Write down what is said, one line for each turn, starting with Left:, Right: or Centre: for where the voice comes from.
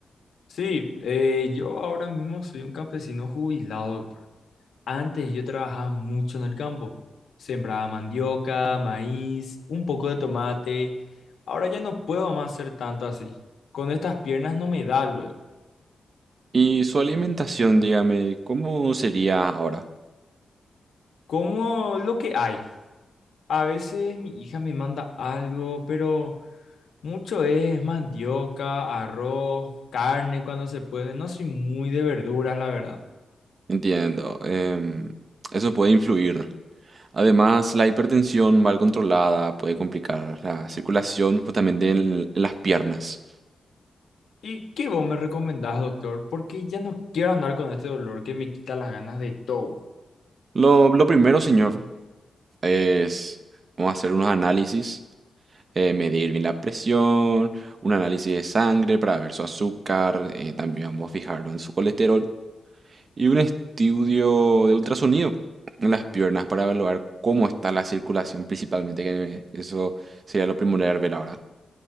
Left: Sí, eh, yo ahora mismo soy un campesino jubilado, doctor. Antes yo trabajaba mucho en el campo. Sembraba mandioca, maíz, un poco de tomate. Ahora ya no puedo más hacer tanto así. Con estas piernas no me da luego.
Right: Y su alimentación, dígame, ¿cómo sería ahora?
Left: Como lo que hay. A veces mi hija me manda algo, pero mucho es mandioca, arroz, carne cuando se puede. No soy muy de verduras, la verdad.
Right: Entiendo. em, eso puede influir. Además, la hipertensión mal controlada puede complicar la circulación justamente en, en las piernas.
Left: ¿Y qué vos me recomendás, doctor? Porque ya no quiero andar con este dolor que me quita las ganas de todo.
Right: Lo, lo primero, señor, es vamos a hacer unos análisis, eh, medir bien la presión, un análisis de sangre para ver su azúcar, eh, también vamos a fijarlo en su colesterol. y un estudio de ultrasonido en las piernas para evaluar cómo está la circulación principalmente, que eso sería lo primordial ver ahora.